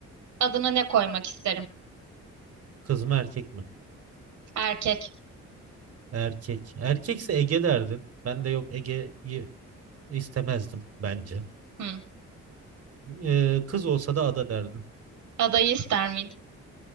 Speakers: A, on the right; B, on the right.
A: adını ne koymak isterim?
B: Kız mı erkek mi?
A: Erkek.
B: Erkek. Erkekse Ege derdin. Ben de yok Ege'yi istemezdim bence.
A: Hı.
B: Ee, kız olsa da ada derdin.
A: Adayı ister miydin?